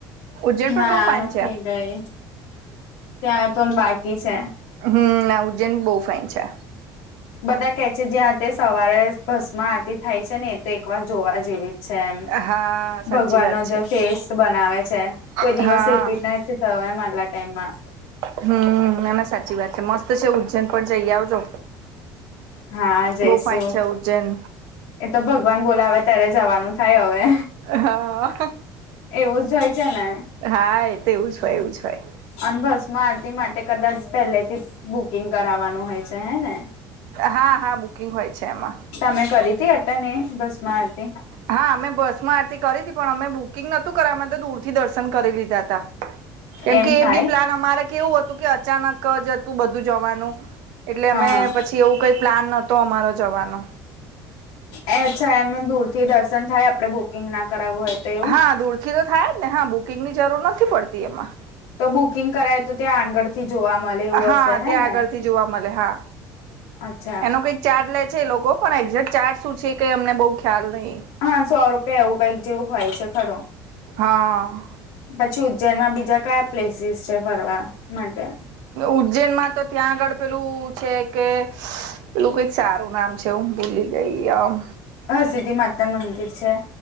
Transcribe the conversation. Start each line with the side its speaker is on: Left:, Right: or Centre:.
Right: ઉજ્જૈન પણ
Left: ના
Right: બહુ ફાઇન
Left: નથી
Right: છે
Left: ગઈ ત્યાં તો બાકી છે.
Right: હમ ના ઉજ્જૈન બહુ ફાઇન છે.
Left: બધા કે છે જ્યાં તે સવારે ભસ્મ આરતી થાય છે ને તો એક વાર જોવા જેવી. છે એમ
Right: હા સાચી
Left: ભગવાન
Right: વાત
Left: નો જે
Right: છે
Left: ફેસ બનાવે છે. કોઈ દિવસ
Right: હા
Left: રિપીટ નથી થયો એમ આટલા ટાઈમમાં.
Right: હમ ના ના સાચી વાત છે મસ્ત છે ઉજ્જૈન પણ જઈ આવજો.
Left: હા જઈશું.
Right: બહુ ફાઇન છે ઉજ્જૈન
Left: એ તો ભગવાન બોલાવે ત્યારે જવાનું થાય હવે.
Right: હા
Left: એવું જ હોય છે ને.
Right: હા એ તો એવું જ હોય એવું જ હોય.
Left: અને ભસ્મ આરતી માટે કદાચ પહેલેથી જ બુકિંગ કરાવવાનું હોય છે હે ને.
Right: હા હા બુકિંગ હોય છે એમાં.
Left: તમે કરી હતી અટેન એ ભસ્મ આરતી.
Right: હા અમે ભસ્મ આરતી કરી હતી પણ અમે બુકિંગ નતું કરાવ્યું અમે તો દૂર થી દર્શન કરી લીધા હતા. કેમકે
Left: એમ થાય
Right: એ બી પ્લાન અમારે કેવું હતું કે અચાનક જ હતું બધું જવાનું. એટલે
Left: હા
Right: અમે પછી એવું કંઈ પ્લાન નહોતો અમારો જવાનો.
Left: એ અચ્છા એમ દૂર થી દર્શન થાય આપડે બુકિંગ ના કરાવવું હોય તો.
Right: હા દૂર થી તો થાય જ ને હા બુકિંગ ની જરૂર નથી પડતી એમાં.
Left: તો બુકિંગ કરાય તો ત્યાં આગળ થી જોવા મળે એવું
Right: હા
Left: હશે હે
Right: ત્યાં
Left: ને.
Right: આગળથી જોવા મળે હા
Left: અચ્છા
Right: એનો કઈ ચાર્જ લે છે એ લોકો પણ એે. ચાર્જ શું છે એ કઈ અમને બહુ ખ્યાલ નહી.
Left: હા સો રૂપિયા એવું કઈક જેવું હોય છે ખરું
Right: હા.
Left: પછી ઉજ્જૈનમાં બીજા કયા પ્લેસીસ છે ફરવા માટે.
Right: ઉજ્જૈન માં તો ત્યાં આગળ પેલું છે કે. પેલું કંઈક સારું નામ છે હું ભૂલી ગઈ આમ.
Left: હરસિધ્ધિ માતા ન મંદિર છે.